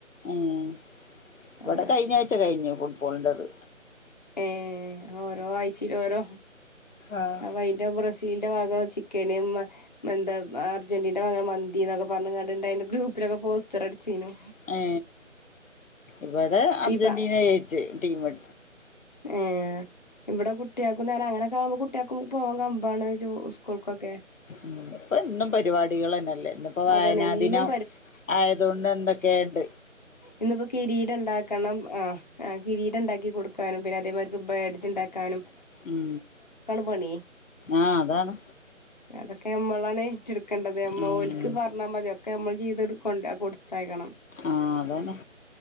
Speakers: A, on the left; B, on the left.
A: ഏഹ് ഇവ്ടെ
B: അവിടെ
A: കയ്ഞ്ഞാഴ്ച്ച കയ്ഞ്ഞു ഫുഡ് ബോളിന്റെത്.
B: ഏഹ് ഓരോ ആയ്ച്ചേലോരോ.
A: ആഹ്
B: അയ്ന്റെ ബ്രസീലിന്റെ വക ചിക്കനും എന്താ അർജന്റീൻ്റെ വക മന്തീന്നൊക്കെ പറഞ്ഞ്ങ്ങാണ്ട്ണ്ടായിന്നു ഗ്രൂപ്പിലൊക്കെ പോസ്റ്ററടിച്ച് ച്ചീനു
A: ഏ ഇവിടെ അർജന്റീന
B: ഈ പ
A: ജയ്ച്ച് ടീമ്
B: ഏ ഇവിടെ കുട്ടിയാക്കും നേരം അങ്ങനക്കാമ്പോ കുട്ടിയാക്കും പോവാൻ കമ്പാണ് ജോ ഉസ്കൂൾക്കൊക്കെ
A: ഉം ഇപ്പെന്നും പരിപാടികളന്നല്ലേ ഇന്ന്പ്പോ വായനാ
B: അതാണ് എന്നും
A: ദിനം ആയതൊണ്ട് എന്തൊക്കേണ്ട്
B: ഇന്നിപ്പ കിരീടണ്ടാക്കണം ആ ആ കിരീടണ്ടാക്കി കൊടുക്കാനും പിന്നെ അതേമാര്ക്ക് ബേഡ്ജ്ണ്ടാക്കാനും
A: ഉം
B: പണി
A: ആഹ് അതാണ്
B: അതൊക്കെ ഞമ്മളാണ് ഏറ്റെടുക്കേണ്ടത് അമ്മ
A: ഉം
B: ഒല്ക്ക് പറഞ്ഞാ മതി ഒക്കെ നമ്മള് ചെയ്തെട്ക്കൊണ്ടേ കൊടുത്തയക്കണം
A: ആഹ് അതാന്നെ